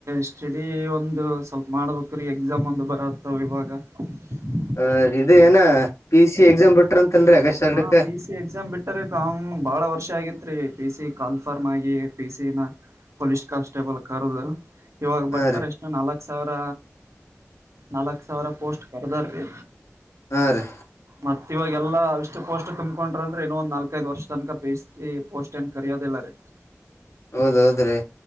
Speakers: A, on the right (about 80°); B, on the left (about 75°).
A: ಸ್ಟಡಿ ಒಂದು ಸ್ವಲ್ಪ ಮಾಡ್ಬೇಕು್ರೀ ಎಕ್ಸಾಮ್ ಒಂದು ಬರತ್ತವ ಇವಾಗ <unintelligible>
B: ಹ ಇದು ಏನ ಪಿ ಸಿ ಎಕ್ಸಾಮ್ ಬಿಟ್ರ ಅಂತನ್ರಿ ಅಗಷ್ಟ ಎರಡಕ್ಕ
A: ಹಾ ಪಿ ಸಿ ಎಕ್ಸಾಮ್ ಬಿಟ್ಟರಿ ಕ ಬಾಳ ವರ್ಷ ಆಗಿತ್ ರೀ ಪಿ ಸಿ ಕಾಲ್ಫರ್ಮ್ ಆಗಿ ಪಿ ಸಿಿನ ಪೊಲೀಸ್ ಕಾನ್ಸ್ಟೇಬಲ್ ಕರ್ದು ಇವಾಗ ಬಟ್ಟರ್
B: ಹಾ ರೀ
A: ಎಷ್ಟು ನಾಲ್ಕು ಸಾವಿರ ನಾಲ್ಕು ಸಾವಿರ ಪೋಸ್ಟ್ ಕರ್ದಾರ್ ರೀ
B: ಆ ರೀ
A: ಮತ್ತ ಇವಾಗೆಲ್ಲಾ ಇಷ್ಟಟ್ ಪೋಸ್ಟ್ ಕುಮ್ಕೊಂಡ್ರ ಅದ್ರಾ ಇನ್ನ ಒಂದ ನಾಲ್ಕೈದು ವರ್ಷ ತನಕಬಸ್ ಪೋಸ್ ಏ ಕರೋದಿಲ್ಲ ರೀ
B: ಹೌದೌದ್ರೀ